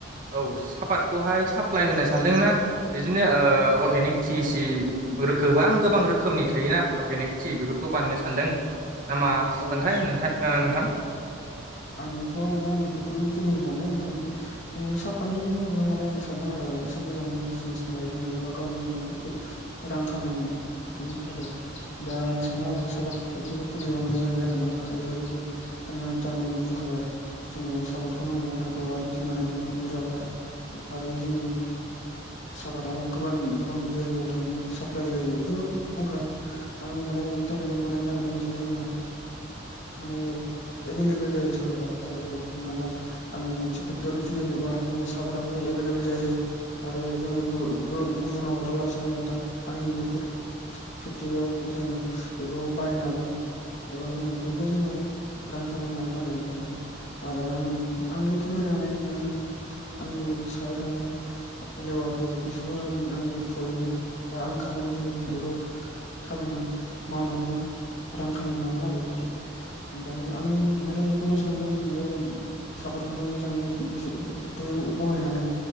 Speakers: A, on the right; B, on the left.
A: औ सापात खौहाय साप्लााय होनो सानदोंनाा बिदिनो अगेनिक टि सि गोबां गोबां रोखोमनि थायोना अर्गेनिक टि बेफोरखौ बाननो सानदों मा
B: औ
A: मोनथाय थाय नोंथां
B: आं आंथ' माने आं फेक्ट'रि खुलिनो सानदों माने साफाटनिल' नङा माने आं सानो आरो एसे मोजाङै बिजनेस खालायनो एबा गावनिनो रां खामायनो बिदिनो आरो दा आं सानो आरो साफात फेक्टरी खुलिबा मोजां जागोन नामा जेरैखि बिथाङा दानै बुंखाबाय जोङो सापर्टखौ नांगौथांखौ आरो दिमानआनो बुरजाखा आरो जोंनि सापादा गो गोबां जायगायाव थाङो साप्लाय जायो बेखौ बुंखां आं माने नि थाखायनो बुंनो नागिरदों जे जोंना माने एभेलेबेल जायो साारा दा जेरै हमना ला आङो मोनसे फेक्ट'रि खुलिनोबा जोंनो सापातबो एबा <unintelligible> जायो आरो जोङो गुबुनाव हरालासिनो दा आंनि नखर फेक्टरियाव जोङो बेखौ बायनो हागोन एबा जोङो बेनिफ्राय जोङो रां खामायनो हागोन आरो बेनि थाखाय आरो आं आंल' खामायनो हानाय नङा आंनि आंनि सायाव थागोन लेबारफोर बिसोरबो आं आंनि थ्रयैनो बा आं खामानि होगोन मावनानै रां खामायनो हागोन आरो बि ओमफ्राय आं माने बेखौनो सानदों जे साफादखौनो मोजाङै फेक्ट'रि बहायनानै